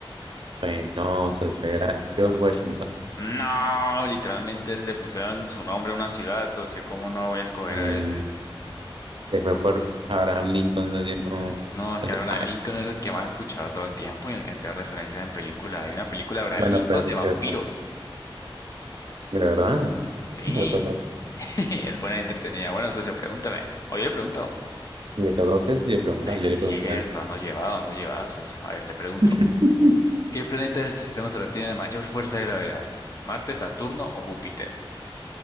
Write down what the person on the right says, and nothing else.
Pues no, socio, era George Washington.
Sí,
se fue por Abraham Lincoln, socio, no,
no
le
sabe.
Bueno,
pues
es
cierto. De verdad, no. <laughs>
What the fuck.
Y le toca a usted, yo preguntar,
yo
le
pregunté antes.
<laughs>